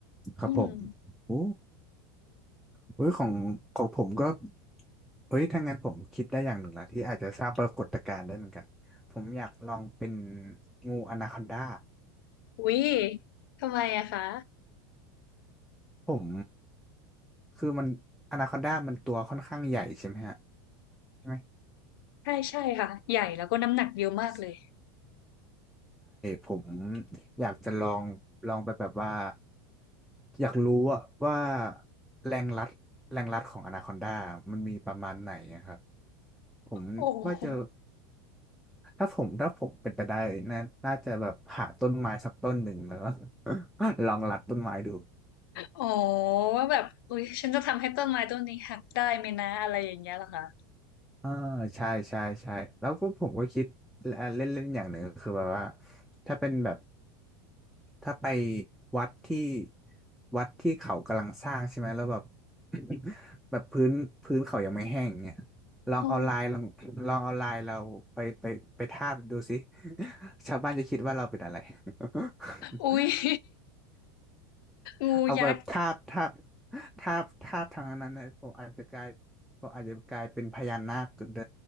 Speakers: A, in the centre; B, on the left.
A: ครับผม
B: อืม
A: โอ้ เฮ้ยของของผมก็เฮ้ยถ้างั้นผมคิดได้อย่างหนึ่งละที่อาจจะสร้างปรากฏการณ์ได้เหมือนกันผมอยากลองเป็นงูอนาคอนดา
B: อุ๊ยทำไมอะคะ
A: ผมคือมันอนาคอนดามันตัวค่อนข้างใหญ่ใช่ไหมฮะใช่ไหม
B: ใช่ใช่ค่ะใหญ่แล้วก็น้ำหนักเยอะมากเลย
A: ใช่ผมอยากจะลองลองไปแบบว่าอยากรู้อะว่าแรงรัดแรงรัดของอนาคอนดามันมีประมาณไหนอะครับผมว่าจะ
B: โอ้ <laughs> โห
A: ถ้าผมถ้าผมเป็นไปได้น่าน่าจะแบบหาต้นไม้สักต้นหนึ่งแล้วก็ <laughs> ลองรัดต้นไม้ดู
B: อ๋อว่าแบบอุ๊ยฉันจะทำให้ต้นไม้ต้นนี้หักได้ไหมนะอะไรอย่างเงี้ยเหรอคะ
A: อ่าใช่ใช่ใช่แล้วก็ผมก็คิดเล่นเล่นอย่างหนึ่งก็คือแบบว่าถ้าเป็นแบบถ้าไปวัดที่วัดที่เขากำลังสร้างใช่ไหมแล้วแบบ <coughs> <laughs> แบบพื้นพื้นเขายังไม่แห้งเนี่ยลองเอาลายลองลองเอาลายเราไปไปไปทาบดูสิ
B: อ๋อ
A: <laughs> ชาวบ้านจะคิดว่าเราเป็นอะไร <laughs>
B: อุ๊ย <laughs> งูยักษ์
A: เอาแบบทาบทาบทาบทาบทางนั้นเลยผมอาจจะกลายผมอาจจะกลายเป็นพญานาคเด